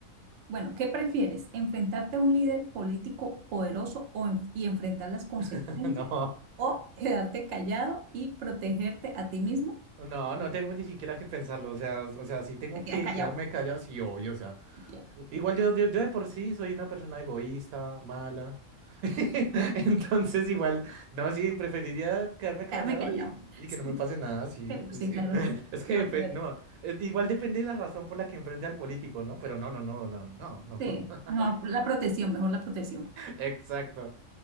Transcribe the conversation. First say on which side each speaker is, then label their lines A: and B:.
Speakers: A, on the right; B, on the right.
A: Bueno, ¿qué prefieres? ¿Enfrentarte a un líder político poderoso o en- y enfrentar las consecuencias?
B: <laughs> No.
A: ¿O quedarte callado y protegerte a ti mismo?
B: No, no tengo ni siquiera que pensarlo, o sea, o sea, si tengo
A: Te quedas
B: que
A: callado.
B: quedarme callado, sí, obvio, o sea,
A: Claro.
B: igual yo, yo, yo de por sí soy una persona egoísta, mala, <laughs> entonces igual, no, sí, preferiría quedarme callado
A: Quedarme callado.
B: y, y
A: Sí,
B: que no me pase nada, sí,
A: pero-
B: <laughs>
A: sí,
B: sí.
A: claro.
B: es que
A: Protegerte.
B: depende, no, eh, igual depende de la razón por la que enfrente al político, ¿no? Pero no, no, no, no, no, no,
A: Sí,
B: <laughs>
A: mejor la protección, mejor la protección.
B: exacto,